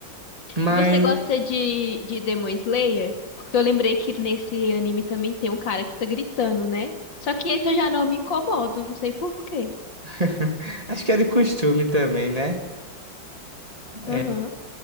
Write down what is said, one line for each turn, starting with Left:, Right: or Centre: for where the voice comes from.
Right: Mas
Left: E você gosta de, de Demon Slayer? Porque eu lembrei que nesse anime também tem um cara que fica gritando, né? Só que esse eu já não me incomodo, não sei por quê.
Right: <laughs> acho que é de costume também, né? É.
Left: Aham.